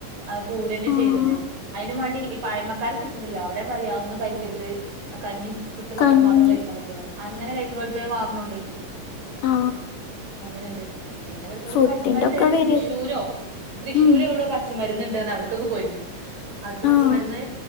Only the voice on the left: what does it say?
ആഹ്
കഞ്ഞി
ആ
ഫുഡിന്റെ
ഒക്കെ
വര്
ഉം
ആഹ്